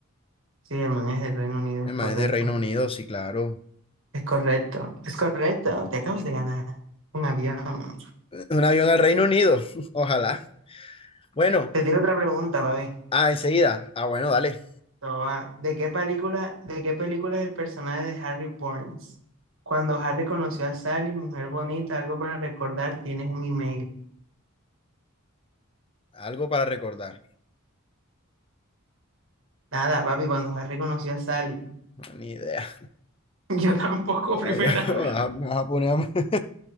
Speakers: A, on the right (about 60°); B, on the left (about 25°).
A: Sí, hermano, es del Reino Unido,
B: Ese
A: es
B: más
A: correcto.
B: es de Reino Unido, sí, claro.
A: Es correcto, es correcto. Te acabas de ganar un avión.
B: <clears throat> Un avión al Reino Unido, <laughs> ojalá. Bueno,
A: Te tiro otra pregunta, para ver.
B: ah, enseguida. Ah, bueno, dale.
A: Esto va. ¿De qué película, de qué película es el personaje de Harry Burns? Cuando Harry conoció a Sally, mujer bonita, algo para recordar, tienes un email.
B: Algo para recordar.
A: Nada, papi, cuando Harry conoció a Sally.
B: No, Ni idea.
A: <laughs> Yo tampoco,
B: Ay,
A: primera
B: <laughs> ah,
A: vez.
B: me vas a poner a-